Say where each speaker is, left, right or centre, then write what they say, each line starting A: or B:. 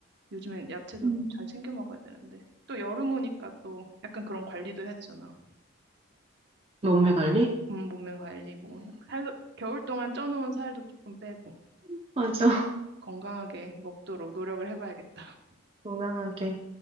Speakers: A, on the right (about 50°); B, on the right (about 25°).
A: 요즘엔 야채도
B: 음.
A: 잘 챙겨 먹어야 되는데. 또 여름 오니까 또 약간 그런 관리도 해야 되잖아.
B: 몸매 관리?
A: 음, 몸매 관리, 뭐, 살도, 겨울 동안 쪄놓은 살도 조금 빼고,
B: <laughs> 맞아.
A: 건강하게 먹도록 노력을 해봐야겠다.
B: 건강하게.